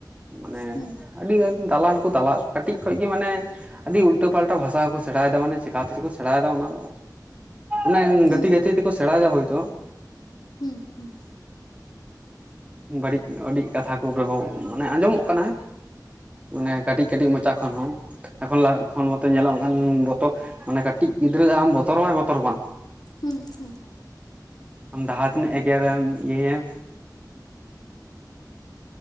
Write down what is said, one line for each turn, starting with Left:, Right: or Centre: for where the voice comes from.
Right: ᱢᱟᱱᱮ
Left: ᱦᱩᱸ
Right: ᱟᱹᱰᱤ ᱟᱭ ᱫᱟᱞᱟᱞ ᱠᱚ ᱫᱟᱞᱟᱞ, ᱠᱟᱹᱴᱤᱡ ᱠᱷᱚᱡ ᱜᱮ ᱢᱟᱱᱮ ᱟᱹᱰᱤ ᱩᱞᱴᱟᱹ ᱯᱟᱞᱴᱟ ᱵᱷᱟᱥᱟ ᱦᱚᱸᱠᱚ ᱥᱮᱬᱟᱭᱮᱫᱟ ᱢᱟᱱᱮ ᱪᱮᱠᱟᱛᱮᱪᱚ ᱠᱚ ᱥᱮᱬᱟᱭᱮᱫᱟ ᱚᱱᱟ ᱫᱚ᱾ ᱚᱱᱮ
Left: ᱦᱩᱸ
Right: ᱜᱟᱛᱮ ᱜᱟᱛᱮ ᱛᱮᱠᱚ ᱥᱮᱬᱟᱭᱮᱫᱟ ᱦᱳᱭᱛᱚ᱾
Left: ᱦᱩᱸ ᱦᱩᱸ᱾
Right: ᱵᱟᱹᱲᱤᱡ ᱟᱹᱰᱤᱡ ᱠᱟᱛᱷᱟ ᱠᱚ ᱵᱮᱵᱚ ᱢᱟᱱᱮ ᱟᱸᱡᱚᱢᱚᱜ ᱠᱟᱱᱟ᱾ ᱚᱱᱮ ᱠᱟᱹᱴᱤᱡ ᱠᱟᱹᱴᱤᱡ ᱢᱚᱪᱟ ᱠᱷᱚᱱ ᱦᱚᱸ᱾ ᱮᱠᱷᱚᱱ ᱞᱟ ᱮᱠᱷᱚᱱ ᱢᱟᱛᱚ ᱧᱮᱞᱚᱜ ᱠᱟᱱ ᱵᱚᱛᱚ ᱢᱟᱱᱮ ᱠᱟᱹᱴᱤᱡ ᱜᱤᱫᱽᱨᱟᱹ ᱟᱢ ᱵᱚᱛᱚᱨ ᱵᱟᱭ ᱵᱚᱛᱚᱨ ᱟᱢᱟ᱾
Left: ᱦᱩᱸ ᱦᱩᱸ᱾
Right: ᱟᱢ ᱫᱟᱦᱟ ᱛᱤᱱᱟᱹᱜ ᱮᱜᱮᱨᱮᱢ ᱤᱭᱟᱹᱭᱮᱢ,